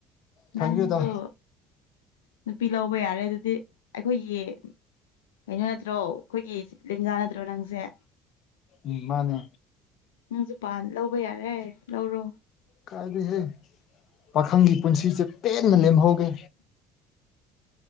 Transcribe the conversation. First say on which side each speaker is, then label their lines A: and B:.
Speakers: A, on the left; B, on the left.
A: ꯈꯪꯗꯦꯗ
B: ꯅꯪꯁꯨ ꯅꯨꯄꯤ ꯂꯧꯕ ꯌꯥꯔꯦ ꯑꯗꯨꯗꯤ ꯑꯩꯈꯣꯏꯒꯤ ꯀꯩꯅꯣ ꯅꯠꯇ꯭ꯔꯣ ꯑꯩꯈꯣꯏꯒꯤ ꯂꯦꯡꯖꯥ ꯅꯠꯇ꯭ꯔꯣ ꯅꯪꯁꯦ
A: ꯎ ꯃꯥꯅꯦ
B: ꯅꯪꯁꯨ ꯄꯥꯟ ꯂꯧꯕ ꯌꯥꯔꯦ ꯂꯧꯔꯣ
A: ꯀꯥꯏꯗꯍꯦ ꯄꯥꯈꯪꯒꯤ ꯄꯨꯟꯁꯤꯁꯦ ꯄꯦꯟꯅ ꯂꯦꯝꯍꯧꯒꯦ